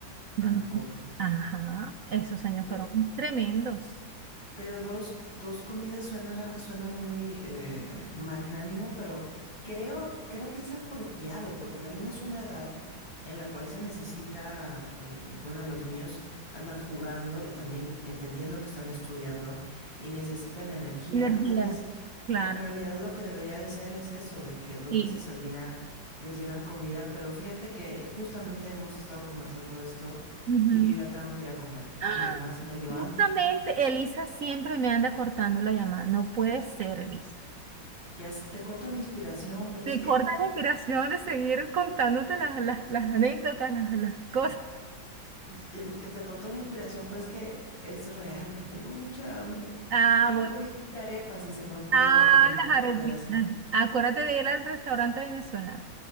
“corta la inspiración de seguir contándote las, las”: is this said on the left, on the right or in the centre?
Right